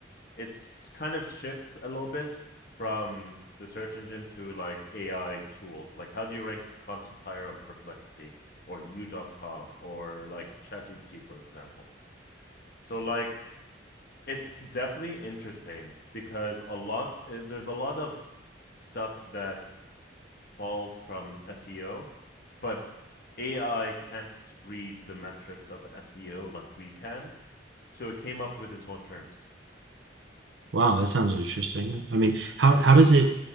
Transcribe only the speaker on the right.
Wow, that sounds interesting. I mean, how how does it?